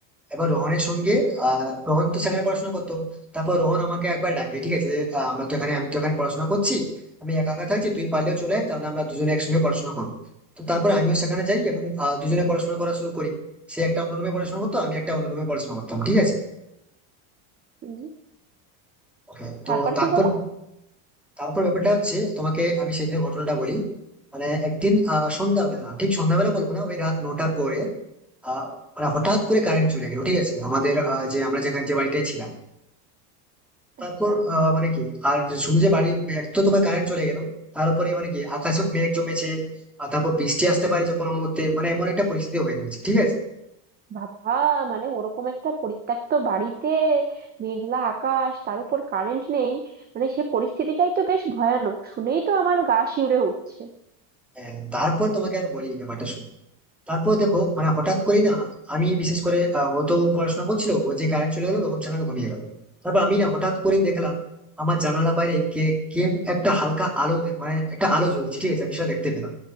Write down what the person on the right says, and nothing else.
হুম,
তারপর
কি হলো
আচ্ছা
বাবা মানে ওরকম একটা পরিত্যক্ত বাড়িতে মেঘলা আকাশ তার উপর কারেন্ট নেই মানে সে পরিস্থিতিটাই তো বেশ ভয়ানক শুনেই তো আমার গা শিউরে উঠছে